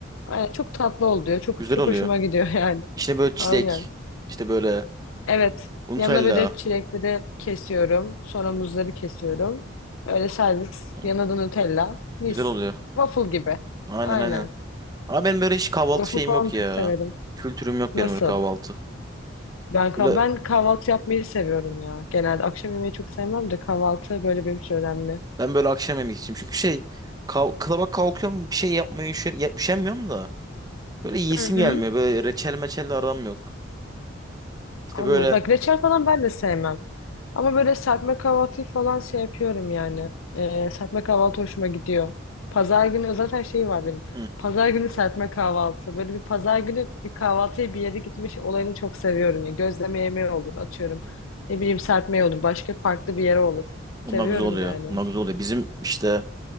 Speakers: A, on the left (about 85°); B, on the right (about 20°).
A: Aynen, çok tatlı oluyor. Çok
B: Güzel
A: çok
B: oluyor.
A: hoşuma gidiyor <laughs> yani.
B: İçine böyle çilek,
A: Aynen.
B: işte böyle
A: Evet.
B: Nutella.
A: Yanına böyle çilekleri kesiyorum. Sonra muzları kesiyorum. Öyle servis.
B: Hmm,
A: Yanına da Nutella. Mis.
B: Güzel oluyor.
A: Waffle gibi.
B: Aynen
A: Aynen.
B: aynen. Ama benim böyle hiç kahvaltı
A: Waffle
B: şeyim
A: falan
B: yok
A: çok
B: ya.
A: severim.
B: Kültürüm yok
A: Nasıl?
B: benim böyle kahvaltı.
A: Ben, kah-
B: Böyle,
A: ben kahvaltı yapmayı seviyorum ya. Genelde akşam yemeği çok sevmem de kahvaltı böyle benim için önemli.
B: ben böyle akşam yemek için. Çünkü şey, kav kalaba kalkıyorum bir şey yapmaya üşer, ya- üşenmiyorum da. Böyle yiyesim
A: Hı hı.
B: gelmiyor. Böyle reçel meçelle aram yok. İşte
A: Anladım.
B: böyle
A: Bak reçel falan ben de sevmem. Ama böyle serpme kahvaltıyı falan şey yapıyorum yani. Ee, serpme kahvaltı hoşuma gidiyor. Pazar günü zaten şey var benim.
B: hı,
A: Pazar günü serpme kahvaltı. Böyle bir pazar günü bir kahvaltıya bir yere gitmiş olayını çok seviyorum. Ya. Gözleme yemeği olur atıyorum. Ne bileyim serpme olur. Başka farklı bir yere olur.
B: onlar
A: Seviyorum
B: güzel oluyor.
A: yani.
B: Onlar güzel oluyor. Bizim işte